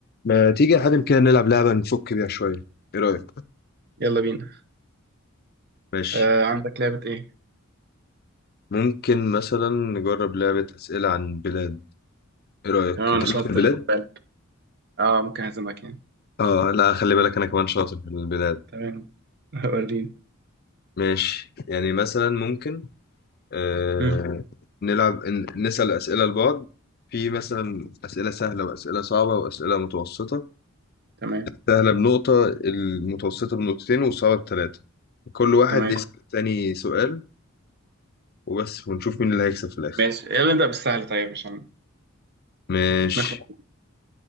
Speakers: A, on the left; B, on the right.
A: ما تيجي يا حاتم كده نلعب لعبة نفك بيها شوية ايه رأيك
B: يلا بينا
A: ماشي
B: آه عندك لعبة ايه؟
A: ممكن مثلا نجرب لعبة أسئلة عن بلاد إيه رأيك؟
B: تمام
A: أنت
B: انا شاطر
A: ليك في البلاد؟
B: خد بالك اه ممكن اهزمك يعني
A: آه لا خلي بالك أنا كمان شاطر في البلاد
B: تمام <laughs> وريني
A: ماشي يعني مثلا ممكن آه
B: مم.
A: نلعب ن- نسأل أسئلة لبعض في مثلا أسئلة سهلة وأسئلة صعبة وأسئلة متوسطة
B: تمام
A: سهلة بنقطة المتوسطة بنقطتين والصعبة بثلاثة كل واحد
B: تمام
A: يسأل التاني سؤال وبس ونشوف مين اللي هيكسب في الآخر
B: ماشي يلا نبدأ بالسهل طيب عشان
A: ماشي
B: نخلص